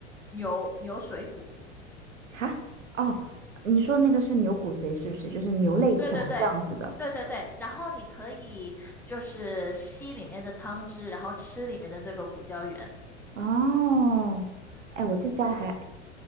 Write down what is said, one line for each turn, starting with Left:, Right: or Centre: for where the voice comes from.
Centre: 牛牛水骨，
Right: 哈？哦，你说那个是牛骨髓是不是？就是牛肋条这样子的。
Centre: 对对对。对对对，然后你可以就是吸里面的汤汁，然后吃里面的这个骨胶原。
Right: 哦，哎，我在家还